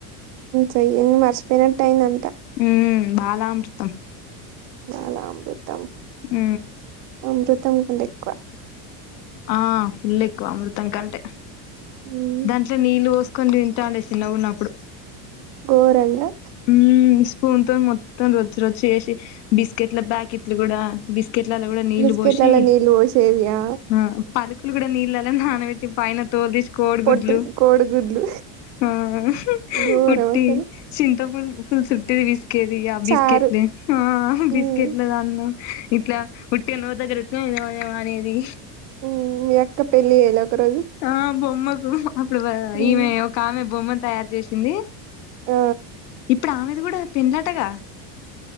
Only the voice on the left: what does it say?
ఉ బాలామృతం
మ్
ఆ ఫుల్ ఎక్కువ అమృతం కంటే
దాంట్లో నీళ్లు వస్త్ కొన్ని తింటాండ్య చిన్నగున్నప్పుడు
ఉమ్ స్పూన్ తో మొత్తం రొచ్చ్ రచ్చు చేసి బస్కట్ల బ్యా ప్యాకిట్లు కూడా బిస్కట్లలో కూడా నీళ్ళు
పోసి
ఆ పాలుక్ టులు కూడా నీళ్ళలో నానబట్టి పైన తోల్ దీసి కోడ్
గుడ్లు
ఆ హు
ఉట్టి
చింతపండ్ ఫుల్ చుట్టి పిస్కెది ఆ బిస్కెట్లే
ఆ ఆ
బిస్కెట్ల దాన్న ఇట్లా ఉట్టిగా నోరు దగ్గరెట్టుకొని యువ యువ అనేది
ఆ బొమ్మకు అప్పుడు
ఈమె ఒక ఆమె బొమ్మ తయారు చేసింది.
ఇప్పుడు ఆమెది కూడా పెళ్ళంటాగా